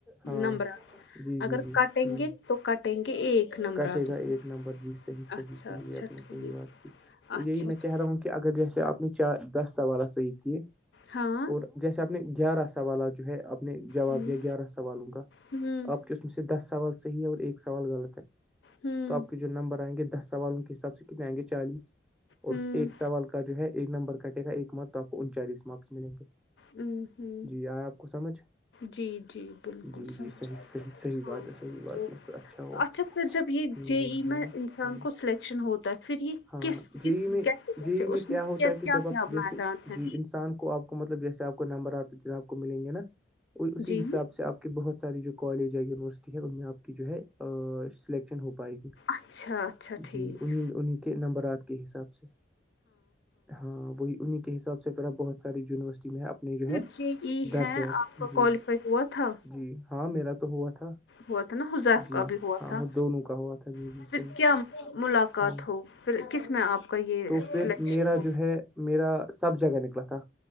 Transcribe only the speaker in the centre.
ہاں
جی جی
جی
ہ
کٹے گا
ایک
نمبر جی صحیح صحیح
صحیح
آپ نے
صحیح بات کی تو
یہی میں
کہہ رہا ہوں کہ اگر جیسے آپ نے چار دس سوالات صحیح کیے
اور جیسے آپ نے گیارہ سوالات جو ہے آپ نے جواب
دیا گیارہ سوالوں کا
آپ کے اس میں سے دس سوال صحیح ہے اور ایک سوال غلط ہے
تو آپ کے جو نمبر آئیں گے دس سوال ان کے حساب سے کتنےیں گے چالیس اور
اس ایک سوال کو کا جو ہے ایک نمبر کٹے گا ایک مت تو آپ کو انچالیس مارکس ملیں گے
جی آئے آپ کو سمجھ
جی
جی صحیح صحیح صحیح بات
ہے صحیح بات
ہے ہوا
ہوں
ہ
ہ
ہاں
جی میں
جی
میں کیا ہوتا ہے کہ
جب آپ
جیسے
جی انسان کو اب مطلب جیسے آپ کو نمبر آتا ج آپ کو ملیں گے نا اور اسی
حساب سے آپ کو کہ بہت ساری جو کالج ہے یونیورسٹی ہے ان میں آپ کی جو ہے سلیکشن ہو پائے گی
جی انیں انیں نمبر آٹ کے حساب سے ہاں وہی انہیں کے حساب سے پھر بہت یونیورسٹی میں اپنے جو ہے
درجات
جی
جی ہاں میرا تو ہوا تھا
جی
ہاں
وہ دونوں کا ہوا تھا جی جی
صحیح
ہ
تو
پھر میرا
جو ہے میرا سب جگہ نکلا تھا